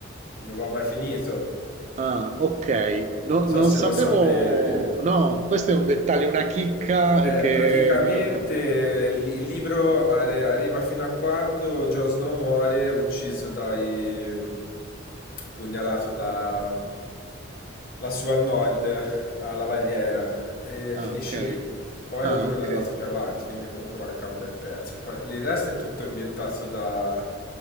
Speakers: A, on the left; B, on the right.
A: non lo ha mai finito.
B: Ah, ok, No-
A: Non so
B: non
A: se
B: sapevo...
A: lo sapevi.
B: No, questo è un dettaglio, una chicca
A: Eh,
B: che
A: praticamente
B: mi mancava.
A: li- il libro arri- arriva fino a quando Jon Snow muore ucciso dai... pugnalato da... lassù al nord, alla barriera, e
B: Ah,
A: finisce
B: ok.
A: lì. Poi
B: Ah,
A: lui non
B: ok.
A: è andato più avanti, quindi comunque manca un bel pezzo. Poi il resto è tutto inventato da-